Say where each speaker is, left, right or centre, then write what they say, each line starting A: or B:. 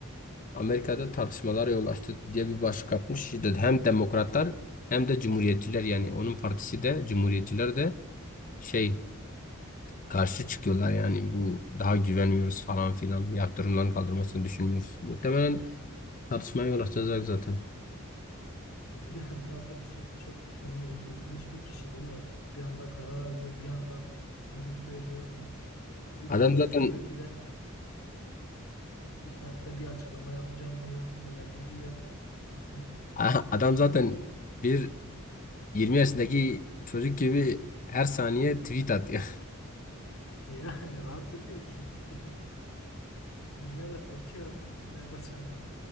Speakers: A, on the left; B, on the left.
A: Amerika'da tartışmalara yol açtı diye bir başlık atmış. İşte hem
B: <laughs>
A: demokratlar hem de cumhuriyetçiler yani onun partisi de cumhuriyetçiler de şey karşı çıkıyorlar yani bu daha güvenmiyoruz falan filan yaptırımların kaldırmasını düşünmüyoruz. Muhtemelen tartışmaya yol açacak zaten.
B: Yani Trump'ın çok, çok yani ilginç bir kişiliği var. Bir anda karar alıyor, bir anda bunu söylüyor. Bir
A: Adam
B: bakmışsın
A: zaten
B: diyor ki ben bu saatte bir açıklama yapacağım diyor. Önemli diyor. <laughs>
A: aha, adam zaten bir 20 yaşındaki çocuk gibi her saniye tweet atıyor.
B: Yani rahat durmuyor ki. <laughs> Dünya da korkuyor artık ne yapacağını.